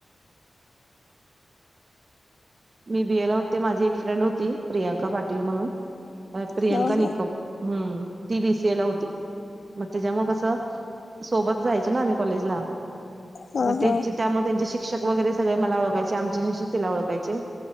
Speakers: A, on the right; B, on the left.
A: मी बीएला होते माझी एक फ्रेंड होती प्रियांका पाटील म्हणून
B: हा
A: प्रियांका
B: हा
A: निकम हम्म ती बी. सी. ए ला होती मग त्याच्यामुळ कसं सोबत जायचं ना आम्ही कॉलेजला
B: हा
A: मग त्यांचे
B: हा
A: त्यामुळे त्यांचे शिक्षक वगैरे सगळे मला ओळखायचे आमचे शिक्षक तिला ओळखायचे